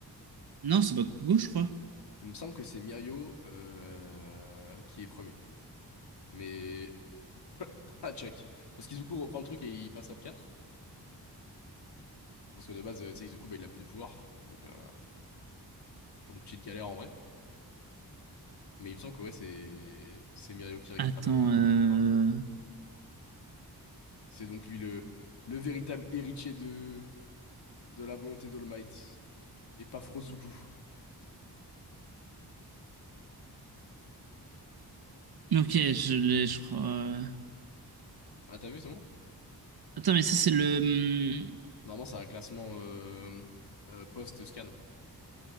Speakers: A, on the right (about 65°); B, on the left (about 85°).
A: Non, c'est Bakugo, je crois.
B: Il me semble que c'est Mirio euh, qui est premier. Mais, <laughs> à check. Parce qu'Izuku reprend le truc et il passe top quatre Parce que de base, euh, tu sais, Izuku, bah, il a plus de pouvoir. Donc, euh, donc, petite galère en vrai. Mais il me semble que ouais, c'est c'est Mirio qui récupère
A: Attends,
B: le,
A: euh...
B: le top 1. C'est donc lui le, le véritable héritier de, de la volonté d'All Might, et pas Frozuku.
A: Ok, je l'ai, je crois. euh.
B: Ah, t'as vu, c'est bon?
A: Attends, mais ça, c'est le... hum,
B: Normalement, c'est un classement euh, euh, post-scan.